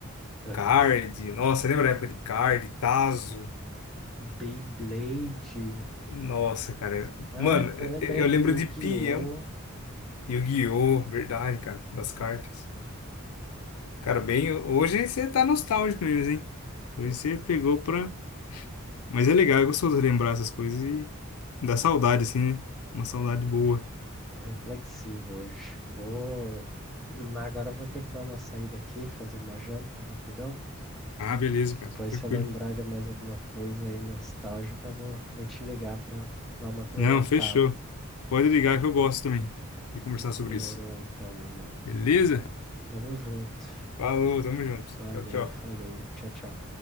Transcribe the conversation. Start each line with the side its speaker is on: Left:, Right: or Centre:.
Centre: Aham.
Left: Card, nossa, lembra a época de Card, Tazo?
Centre: Beyblade.
Left: Nossa, cara.
Centre: assim, Ah,
Left: Mano,
Centre: tá, lembrei
Left: eu, eu
Centre: do
Left: lembro
Centre: Yu-Gi-Oh!
Left: de Pião, Yu-Gi-Oh! Verdade, cara, das cartas. Cara, bem, hoje você tá nostálgico mesmo, hein? Hoje
Centre: Tô,
Left: você pegou pra. Mas é legal, é gostoso lembrar essas coisas e dá saudade,
Centre: sim.
Left: assim, né? Uma saudade boa.
Centre: Tô reflexivo hoje. Vou. Mas agora eu vou ter que dar uma saída aqui, fazer uma janta rapidão.
Left: Ah, beleza, cara,
Centre: Depois,
Left: tranquilo.
Centre: se eu lembrar de mais alguma coisa aí nostálgica, eu vou, vou te ligar pra dar uma atormentada.
Left: Não, fechou. Pode ligar que eu gosto também de conversar
Centre: Demorou
Left: sobre isso.
Centre: então, meu mano.
Left: Beleza?
Centre: Tamo junto.
Left: Falou, tamo junto.
Centre: Valeu,
Left: Tchau, tchau.
Centre: falou. Tchau, tchau.